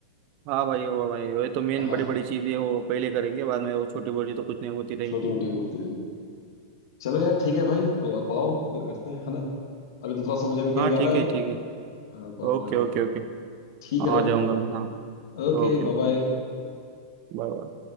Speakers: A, on the right (about 45°); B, on the left (about 70°).
A: हाँ भाई वो भाई वही तो मेन
B: हाँ
A: बड़ी बड़ी चीजें वो पहले करेंगे बाद में वो छोटी मोटी तो कुछ नहीं होती रहेंगी
B: छोटी मोटी तो होती रहेगी चलो यार ठीक है भाई तो आप आओ फिर करते हैं है ना अभी तो थोड़ा सा मुझे अभी कहीं
A: हाँ
B: जाना
A: ठीक
B: है
A: है ठीक है
B: हाँ तो
A: Okay
B: आप आ जाओ
A: okay okay
B: ठीक है
A: आ
B: भाई
A: जाऊंगा
B: हाँ
A: मैं हाँ
B: ओके
A: Okay
B: बाय
A: okay
B: बाय
A: Bye bye